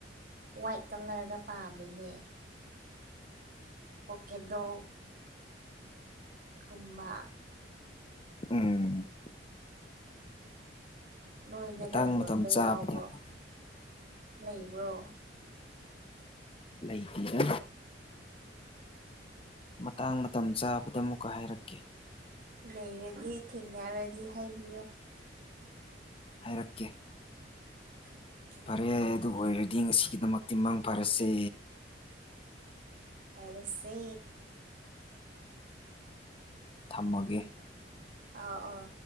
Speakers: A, on the right; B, on the left.
A: ꯋꯥꯏꯠ ꯀꯂꯔꯗ ꯄꯥꯝꯃꯤꯅꯦ ꯄꯣꯀꯦꯗꯣꯛ ꯀꯨꯝꯕ
B: ꯎꯝ
A: ꯅꯣꯏꯗꯒ
B: ꯃꯇꯥꯡ
A: ꯌꯣꯟꯕ
B: ꯃꯇꯝ ꯆꯥꯕꯗ
A: ꯌꯥꯎꯕ꯭ꯔꯣ ꯂꯩꯕ꯭ꯔꯣ
B: ꯂꯩꯇꯦꯗ ꯃꯇꯥꯡ ꯃꯇꯝ ꯆꯥꯕꯗ ꯑꯃꯨꯛꯀ ꯍꯥꯏꯔꯛꯀꯦ
A: ꯂꯩꯔꯗꯤ ꯊꯦꯡꯅꯔꯗꯤ ꯍꯥꯏꯕꯤꯌꯣ
B: ꯍꯥꯏꯔꯛꯀꯦ
A: <unintelligible>
B: ꯐꯔꯦ ꯑꯗꯨꯕꯨ ꯑꯣꯏꯔꯗꯤ ꯉꯁꯤꯒꯤꯗꯃꯛꯇꯤ ꯃꯪ ꯐꯔꯁꯦ
A: ꯐꯔꯁꯦ
B: ꯊꯝꯃꯒꯦ
A: ꯑꯥ ꯑꯣ